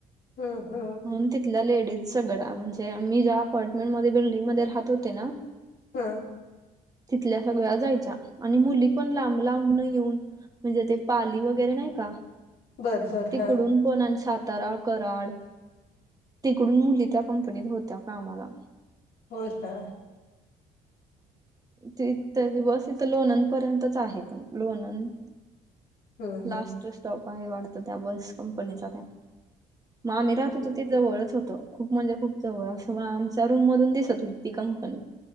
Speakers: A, on the left; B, on the right.
A: हू हू
B: म्हणून तिथल्या लेडीज सगळ्या म्हणजे मी ज्या अपार्टमेंट मध्ये बिल्डिंग मध्ये राहत होते ना
A: हा
B: तिथल्या सगळ्या जायच्या आणि मुली पण लांब लांबन येऊन म्हणजे ते पाली वगैरे नाही का
A: बरं बरं
B: तिकडून
A: हा,
B: पुणा सातारा कराड तिकडून मुली त्या कंपनीत होत्या कामाला
A: होय का
B: ते त्यांची बस इथं लोणंद पर्यंतच आहे पण लोणंद
A: हं
B: लास्ट स्टॉप आहे वाटत त्या बस कंपनीचा त्या म आम्ही राहत
A: हं.
B: होतो तिथ जवळच होत खूप म्हणजे खूप जवळ असं आमच्या रूम मधून दिसत होती कंपनी